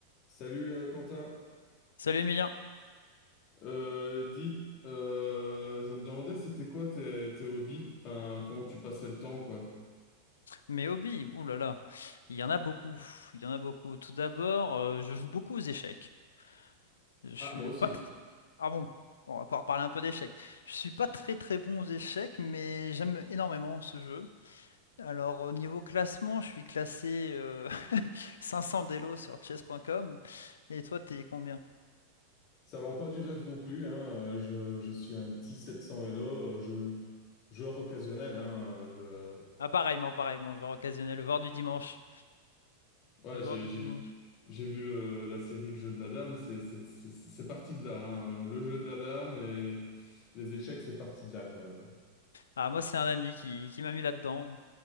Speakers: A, on the left; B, on the left.
A: Salut euh, Quentin,
B: Salut Emilien,
A: Euh, dis, euh, je me demandais c'était quoi tes, tes hobbies, enfin comment tu passais le temps quoi.
B: mes hobbies, ouh là là, il y en a beaucoup, il y en a beaucoup. Tout d'abord, euh, je joue beaucoup aux échecs. Je suis
A: Ah moi aussi,
B: pas très... Ah bon, Bon, on va pouvoir parler un peu d'échecs. Je suis pas très très bon aux échecs, mais j'aime énormément ce jeu. Alors au niveau classement, je suis classé euh, <laughs> 500 d'élo sur chess.com. Et toi, t'es combien?
A: ça vend pas du rêve non plus, hein. Euh, Je, je suis un petit 700 Elo, euh, je, joueur occasionnel, hein. Euh,
B: Ah pareillement, pareillement, joueur occasionnel, joueur du dimanche.
A: Je, ouais
B: Joueur
A: j'ai
B: du
A: j'ai
B: dimanche.
A: j'ai vu le- la série Le jeu de la dame, c'est c'est c'est- c'est parti de là, hein. Le jeu de la dame et les échecs c'est parti de là quoi.
B: Ah moi, c'est un ami qui, qui m'a mis là-dedans,